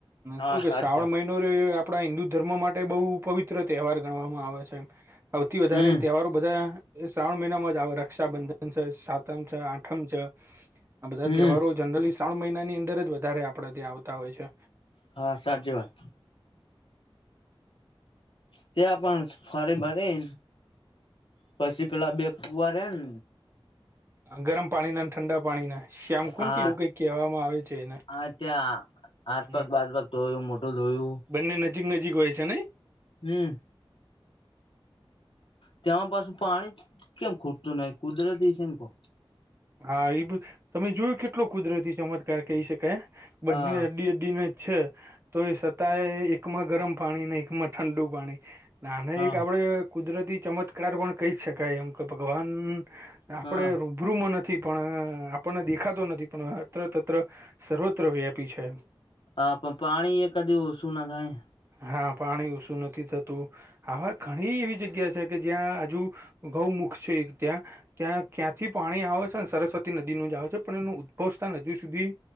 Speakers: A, on the left; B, on the right.
A: હા
B: કેવું કે
A: સાચી
B: શ્રાવણ
A: વાત
B: મહિના <unintelligible> આપણા હિન્દુ ધર્મ માટે બહુ પવિત્ર તહેવાર ગણવામાં આવે <unintelligible> હઉથી વધારે
A: હમ
B: તહેવારો બધા શ્રાવણ મહિનામાં જ આવે રક્ષાબંધન છે <unintelligible> આઠમ છે આ બધા
A: હમ
B: તહેવારો જનરલી શ્રાવણ મહિનાની અંદર જ વધારે આપડે ત્યાં આવતા હોય છે.
A: હા સાચી વાત ત્યા પણ ફરી ભરી પછી પેલા બે ફુવા રેયા
B: ગરમ પાણીના ઠંડા પાણીના શ્યામ કુડ
A: હા
B: કે એવું કઈ કહેવામાં આવે છે એને.
A: હા ત્યાં હાથ
B: હમ
A: પગ બાદ પગ ધોયું મોઢું ધોયું.
B: બંને નજીક નજીક હોય છે નઈ
A: હમ્મ તેમાં પાછું પાણી કેમ ખુટતું નહિ કુદરતી છે ને કો
B: હા એ બ તમે જોયું કેટલુ કુદરતી ચમત્કાર કહી શકાય બંને
A: હા
B: અડી અડીને છે તો એ છતાંય એકમાં ગરમ પાણી ને એકમાં ઠંડુ પાણી ના અના
A: હા
B: એક આપડે કુદરતી ચમત્કાર પણ કહી શકાય એમ કે ભગવાન આપડે
A: હા
B: રૂબરૂ મન નથી પણ આપણને દેખાતો નથી પણ અત્ર તત્ર સર્વત્ર વ્યાપી છે.
A: હા પણ પાણી એ કદી ઓછું ના થાય.
B: હા, પાણી ઓછું નથી થતું. હવે ઘણી એવી જગ્યા છે કે જ્યાં હજુ ગૌમૂખ છે ત્યાં ત્યાં ક્યાંથી પાણી આવે સ ને સરસ્વતી નદીનું જ આવે છે પણ એનું ઉદ્ભવ સ્થાન હજી સુધી